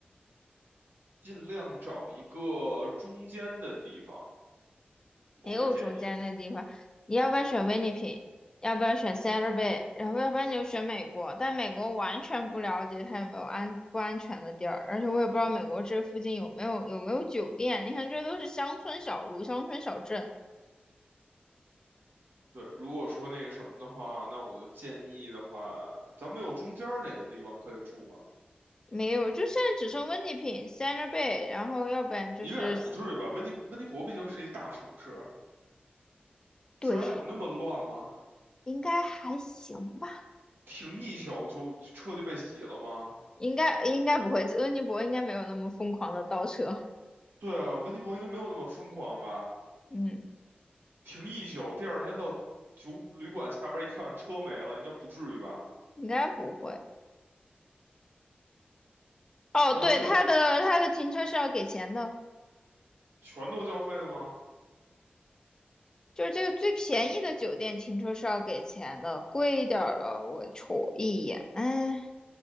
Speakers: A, on the right (about 75°); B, on the left (about 20°).
A: 尽量找一个中间的地方，我会建议。
B: 没有中间那地方，你要不然选温尼平，要不然选 Santa Bay，然后要不然你就选美国。但美国完全不了解它有没有安不安全的地儿，而且我也不知道美国这附近有没有有没有酒店。
A: 对
B: 你看，这都是乡村小路、乡村小镇，
A: 对，如果说那个什么的话，那我就建议的话，咱们有中间儿哪个地方可以住吗？
B: 没有。就现在只剩温尼平、Santa Bay，然后要不然就是
A: 应该也不至于吧。温尼温尼伯毕竟是一大城市，
B: 对，
A: 治安有那么乱吗？
B: 应该还行吧，
A: 停一宿就车就被洗了吗？
B: 应该应该不会，温尼伯应该没有那么疯狂的倒车，
A: 对啊，温尼伯应该没有那么疯狂吧？
B: 嗯，
A: 停一宿，第二天到酒旅馆下边一看车没了，应该不至于吧？
B: 应该不会。哦，
A: 那咱们就
B: 对，它的它的停车是要给钱的，
A: 全都交费的吗？
B: 就是这个最便宜的酒店停车是要给钱的，贵一点儿的我瞅一眼，哎，